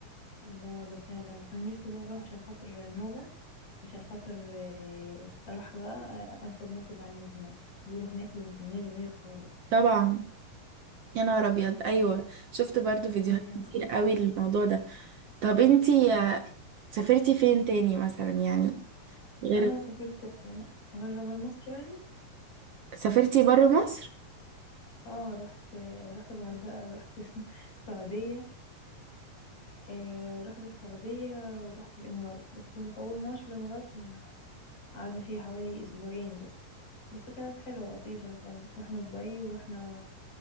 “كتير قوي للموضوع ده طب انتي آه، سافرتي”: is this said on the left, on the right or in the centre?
Right